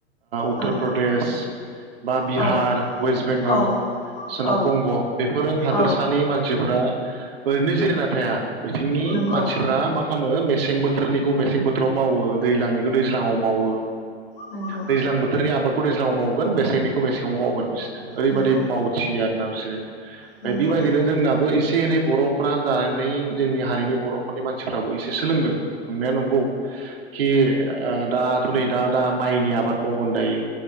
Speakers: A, on the right (about 60°); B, on the left (about 55°).
A: उत्तर
B: औ
A: प्रदेश बा बिहार,
B: औ
A: वेस्ट बेंगल,
B: औ
A: सोनाब
B: औ
A: बंग', बेफोरो हादोरसानि
B: औ
A: मानसि फोरा ओरैनो जिरिना थाया। बिथिंनि
B: नंगौ
A: मानसिफ्रा मा खालामो मेसें बोथोरनिखौ मेसें बोथोराव मावो दैज्लांनिखौ दैज्लाङाव मावो।
B: नंगौ
A: दैज्लां बोथोरनि आबाद खौ दैज्लाङाव मावगोन मेसेंनिखौ मेसेङाव मावगोन ओरैबादि
B: नंगौ
A: मावथियो आरो ना बिसोरो। बेबायदिनो
B: नंगौ
A: जोंना बो इसे एनै बर' फोरा जानानै जोंनि हारिनि बर'फोरनि मानसिफ्राबो एसे सोलोंदों। नंनाया नंगौ कि ओ दाथ' नै दा दा माइनि आबाद मावगोन दायो।